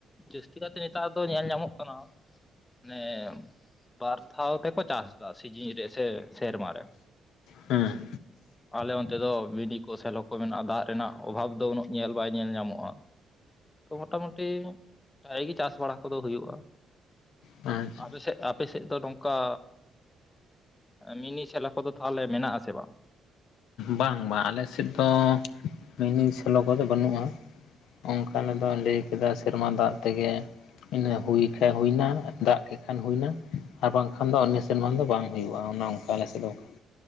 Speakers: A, on the left (about 20°); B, on the left (about 80°).
A: ᱡᱟᱹᱥᱛᱤ ᱠᱟᱨᱛᱮ ᱱᱮᱛᱟᱨ ᱫᱚ ᱧᱮᱞ ᱧᱟᱢᱚᱜ ᱠᱟᱱᱟ <unintelligible> ᱵᱟᱨ ᱫᱷᱟᱣ ᱛᱮᱠᱚ ᱪᱟᱥ ᱮᱫᱟ ᱥᱤᱡᱤᱱ ᱨᱮ ᱥᱮ ᱥᱮᱨᱢᱟ ᱨᱮ
B: ᱦᱩᱸ
A: ᱟᱞᱮ ᱚᱱᱛᱮ ᱫᱚ ᱢᱤᱱᱤ ᱠᱚ ᱥᱮᱞᱚ ᱠᱚ ᱢᱮᱱᱟᱜᱼᱟ ᱫᱟᱜ ᱨᱮᱱᱟᱜ ᱚᱵᱷᱟᱵᱽ ᱫᱚ ᱩᱱᱟᱹᱜ ᱧᱮᱞ ᱵᱟᱭ ᱧᱮᱞ ᱧᱟᱢᱚᱜᱼᱟ ᱛᱚ ᱢᱚᱴᱟᱢᱩᱴᱤ ᱵᱷᱟᱜᱤ ᱜᱮ ᱪᱟᱥ ᱵᱟᱲᱟ ᱠᱚᱫᱚ ᱦᱩᱭᱩᱜᱼᱟ
B: ᱟᱪᱪᱷᱟ
A: ᱟᱯᱮᱥᱮᱫ ᱟᱯᱮᱥᱮᱫ ᱫᱚ ᱱᱚᱝᱠᱟ ᱢᱤᱱᱤ ᱥᱮᱞᱚ ᱠᱚᱫᱚ ᱛᱟᱦᱚᱞᱮ ᱢᱮᱱᱟᱜ ᱟᱥᱮ ᱵᱟᱝ
B: ᱵᱟᱝ ᱵᱟᱝ ᱟᱞᱮᱥᱮᱫ ᱫᱚ ᱢᱤᱱᱤ ᱥᱮᱞᱳ ᱠᱚᱫᱚ ᱵᱟᱹᱱᱩᱜᱼᱟ ᱚᱱᱠᱟᱱ ᱫᱚ ᱞᱟᱹᱭ ᱠᱮᱫᱟ ᱥᱮᱨᱢᱟ ᱫᱟᱜ ᱛᱮᱜᱮ ᱤᱱᱟᱹ ᱦᱩᱭ ᱦᱩᱭᱱᱟ ᱫᱟᱜ ᱠᱮ ᱠᱷᱟᱱ ᱦᱩᱭᱱᱟ ᱟᱨ ᱵᱟᱝᱠᱷᱟᱱ ᱫᱚ ᱤᱱᱟᱹ ᱥᱮᱨᱢᱟ ᱫᱚ ᱵᱟᱝ ᱦᱩᱭᱩᱜᱼᱟ ᱚᱱᱮ ᱚᱱᱠᱟ ᱟᱞᱮ ᱥᱮᱫ ᱫᱚ ᱚᱱᱠᱟ